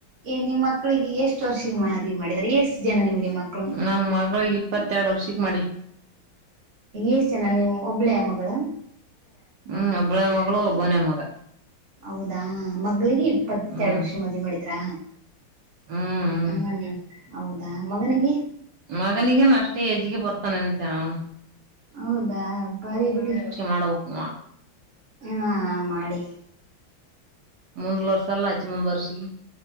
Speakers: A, on the right; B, on the right.
A: ಏ ನಿಮ್ಮ ಮಕ್ಕಳಿಗೆ ಎಷ್ಟು ವರ್ಷಿಗ ಮಾದವಿ ಮಾಡಿದ್ದರ ಎಷ್ ಜನ ನಿಮ್ಗೆ ಮಕ್ಕಳು.
B: ನಮ್ ಮಗಳಿಗೆ ಇಪ್ಪತ್ತೆರಡು ವರ್ಷಕ್ ಮಾಡಿ
A: ಏಸ ಜನ ನೀವು ಒಬ್ಳೇ ಯಾಮ್ಮಕ್ಕ. ಗಳಂಗ.
B: ಹ್ಮ್ ಒಬ್ಬಳೇ ಮಗಳು ಒಬ್ಬನೇ ಮಗಾ.
A: ಔದಾ. ಮಗಳ್ಗಿ ಇಪ್ಪತ್ತೆರಡ
B: ಹ್ಮ್
A: ವರ್ಷಿಗ ಮದುವೆ ಮಾಡಿದ್ರಾ.
B: ಹ್ಮ್ ಹ್ಮ್
A: ಅವು ಹೋಗ್ಯಾನ. ಹೌದಾ ಮಗನಿಗೆ.
B: ಮಗನಿಗನು ಅಷ್ಟೇ ಹೆಜ್ಗೆ ಬರ್ತಾನ ಅಂತೆ ಅವನು.
A: ಹೌದಾ ಬರಿ ಬಿಡಿ
B: ಮಾಡ್ಬೇಕು
A: ಹಾ ಮಾಡಿ.
B: ಮುಂದುಲ್ ವರ್ಷಲ್ಲ ಅಚ್ಚಿ ಮುಂದ ವರ್ಷಿ.